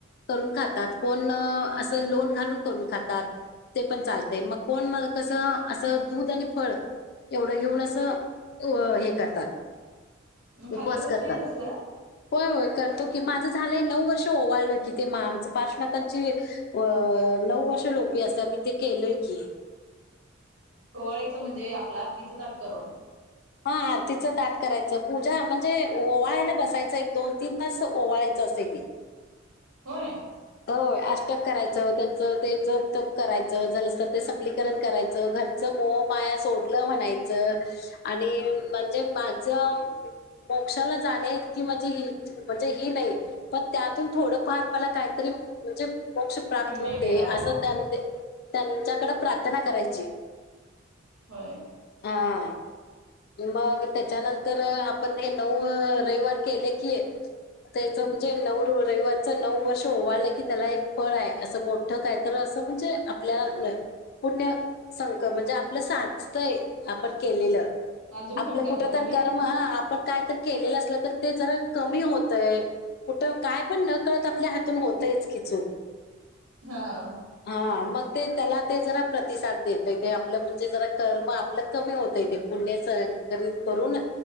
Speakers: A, on the left; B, on the right.
A: करून खातात कोण असं लोन घालून करून खातात ते पण चालतं. मग कोण म कसं असं दूध आणि फळ. एवढं घेऊन असं हे करतातं.
B: खाल्लं
A: उपास
B: जातय
A: करतात.
B: तसं
A: होय होय करतो. कि माझं झालंय नऊ वर्ष ओवाळल कि ते आमचं पार्श्वथांची. अ नऊ वर्ष लोपी असतं मी ते केलयं कि.
B: ओवाळायचं म्हणजे आपलं आरतीचं ताट करूनं?
A: हा आरतीचं ताट करायचं पूजा म्हणजे ओवाळायला बसायचं एक दोन तीन तास ओवाळायचं असते ती.
B: होय,
A: होय अष्टक करायचं त्यांचं ते जप तप करायचं झालंस ते. विलीकरण करायचं घरचं मोह माया सोडलं म्हणायचं. आणि म्हणजे माझं. मोक्षाला जाण्या इतकी म्हणजे म्हणजे ही नाही पण त्यातून थोडंफार मला. काहीतरी म्हणजे मोक्ष प्राप्त
B: पुण्य
A: होऊ
B: मिळावं
A: दे असं त्याचं. त्यांच्याकडे प्रार्थना करायची?
B: होय,
A: हा. मग त्याच्यानंतर आपण हे नऊ रविवार केले कि. त्याचं म्हणजे नऊ रविवारचं नऊ वर्ष. ओवाळलं कि त्याला एक फळ आहे असं मोठं काय तर असं म्हणजे आपल्या. पुण्य संच म्हणजे आपलं साचतय आपण केलेलं.
B: अजून
A: आपलं
B: पण करता
A: कुठं
B: तुम्ही
A: तर कर्म आपण काय तरी. केलेलं असलं ते जरा कमी होतयं कुठं काय पण न कळतं आपल्या हात. होतचं कि चूक.
B: हा.
A: हा मग ते त्याला ते जरा प्रतिसाद देतयं ते आपलं म्हणजे जरा कर्म आपलं कमी होतयं ते. पुण्याचं सक्रिय करून